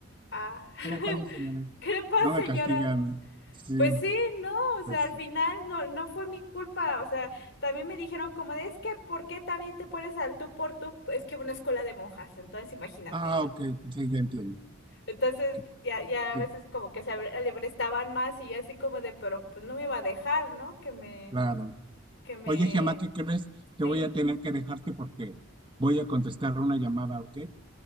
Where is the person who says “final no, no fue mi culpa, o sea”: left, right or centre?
Left